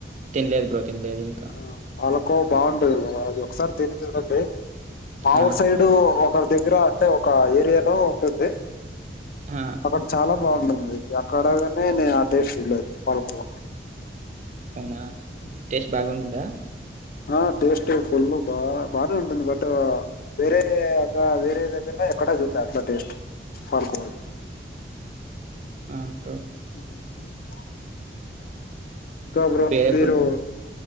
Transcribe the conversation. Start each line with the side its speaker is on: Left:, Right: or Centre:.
Right: తినలేదు బ్రో తినలేదు ఇంకా
Left: ఆ పాలకోవ బాగుంటుంది బ్రో అది ఒ ఒకసారి తిని చూడండి మా
Right: ఆ
Left: ఊర్ సైడు ఒ ఒకరి దగ్గర అంటే ఒక ఏరియాలో ఉంటుంది.
Right: ఆ
Left: అక్కడ చాలా బాగుంటుంది అక్కడగానే నేను అ టే ఫీ లేదు పలుకో
Right: అనా టెస్ట్ బాగుంటుందా
Left: ఆ టేస్ట్ ఫుల్ బా బాగానే ఉంటుంది. బట్ వేరే అ వేరే దగ్గరలో ఎక్కడ చూన్నా అట్లా టేస్ట్ పాల్కోవదు.
Right: ఆ అ <inaudible>
Left: అ <inaudible> గ బ్రో
Right: వేరే
Left: మీరు
Right: ఫ్రూ